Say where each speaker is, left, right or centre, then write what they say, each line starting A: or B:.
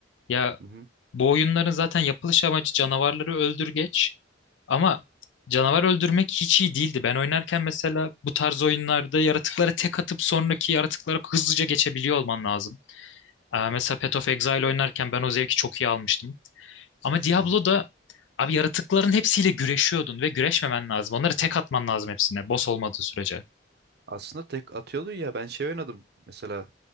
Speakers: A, on the left; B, on the right.
A: Ya
B: Hı hı.
A: bu oyunların zaten yapılış amacı canavarları öldür geç. Ama canavar öldürmek hiç iyi değildi. Ben oynarken mesela bu tarz oyunlarda yaratıklara tek atıp sonraki yaratıklara hızlıca geçebiliyor olman lazım. Aa, mesela Path of Exile oynarken ben o zevki çok iyi almıştım. Ama Diablo'da
B: Hı hı.
A: abi yaratıkların hepsiyle güreşiyordun ve güreşmemen lazım. Onları tek atman lazım hepsine boss olmadığı sürece.
B: Aslında tek atıyordun ya ben şey oynadım. Mesela